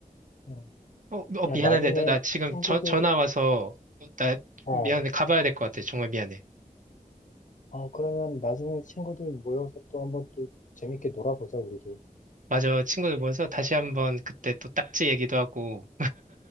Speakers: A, on the left; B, on the right.
A: 어.
B: 어, 어,
A: 야,
B: 미안한데,
A: 나중에
B: 나, 나 지금
A: 친구들,
B: 저, 전화 와서, 나
A: 어,
B: 미안해, 가봐야 될 것 같아. 정말 미안해.
A: 어, 그러면 나중에 친구들 모여서 또 한번 또 재밌게 놀아보자, 우리도.
B: 맞아, 친구들 모여서 다시 한번 그때 또 딱지 얘기도 하고.